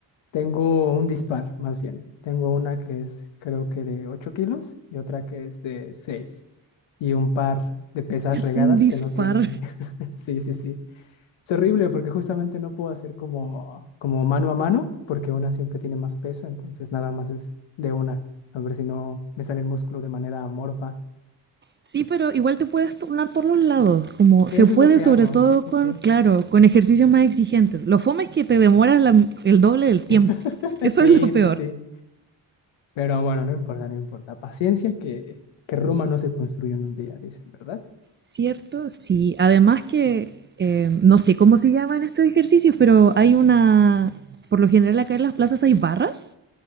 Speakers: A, on the left; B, on the right.
A: Tengo un dispar, más bien. Tengo una que es, creo que de ocho kilos y otra que es de seis Y un par de pesas regadas
B: Un disparo.
A: que no tienen. <laughs> Sí, sí, sí. Es horrible porque justamente no puedo hacer como, como mano a mano porque una siempre tiene más peso, entonces nada más es de una. A ver si no me sale el músculo de manera amorfa.
B: Sí, pero igual te puedes tornar por los lados, como se
A: Eso
B: puede
A: es lo que
B: sobre
A: hago,
B: todo
A: sí, sí,
B: con,
A: sí.
B: claro, con ejercicios más exigentes. Lo fome es que te demoras la- el doble del tiempo.
A: <laughs>
B: Eso
A: Sí,
B: es lo peor.
A: sí, sí. Pero bueno, no importa, no importa. Paciencia que, que Roma no se construye en un día, dicen, ¿verdad?
B: ¿Cierto? Sí. Además que, eh, no sé cómo se llaman estos ejercicios, pero hay una, por lo general acá en las plazas hay barras